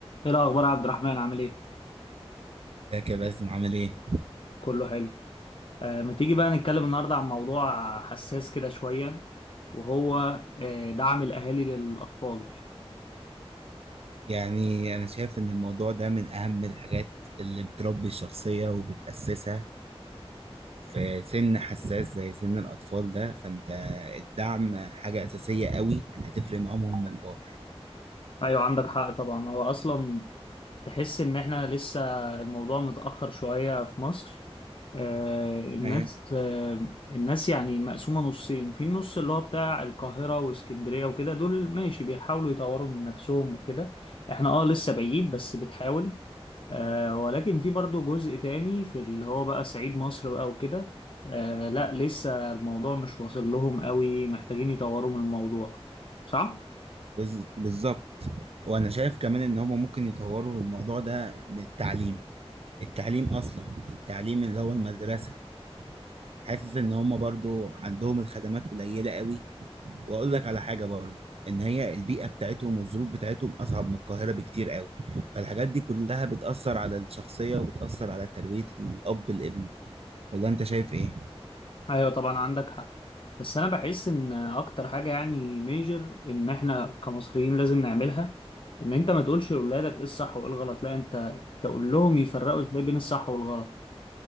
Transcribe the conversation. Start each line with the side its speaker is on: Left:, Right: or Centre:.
Left: ايه الاخبار يا عبد الرحمن عامل ايه
Right: ازيك يا باسم عامل ايه؟
Left: كله حلو آه ما تيجي بقى نتكلم النهارده عن موضوع حساس كده شويه وهو آه دعم الاهالي للاطفال
Right: يعني انا شايف ان الموضوع ده من اهم الحاجات اللي بتربي الشخصية وبتأسسها في سن حساس زي سن الاطفال ده فانت الدعم حاجة اساسية قوي هتفرق معاهم وهم كبار
Left: ايوه عندك حق طبعا هو اصلا تحس ان احنا لسه الموضوع متأخر شوية في مصر آه، الناس
Right: ايه
Left: آه، الناس يعني مقسومة نصين في النص اللي هو بتاع القاهرة واسكندرية وكده دول ماشي بيحاولوا يطوروا من نفسهم وكده احنا اه لسه بعيد بس بتحاول آه، ولكن في برضو جزء تاني في اللي هو بقى صعيد مصر بقى وكده آه، لا لسه الموضوع مش واصل لهم قوي محتاجين يطوروا من الموضوع صح؟
Right: بز- بالظبط وانا شايف كمان ان هما ممكن يطوروا الموضوع ده من التعليم التعليم اصلا التعليم اللي هو المدرسة حاسس ان هما برضو عندهم الخدمات قليلة قوي واقول لك على حاجه برضه ان هي البيئه بتاعتهم والظروف بتاعتهم اصعب من القاهره بكتير قوي فالحاجات دي كلها بتاثر على الشخصيه وبتاثر على تربيه الاب الابن ولا انت شايف ايه
Left: ايوه طبعا عندك حق بس انا بحس ان اكتر حاجه يعني ميجر ان احنا كمصريين لازم نعملها ان انت ما تقولش لاولادك ايه الصح وايه الغلط لا انت تقول لهم يفرقوا ازاي بين الصح والغلط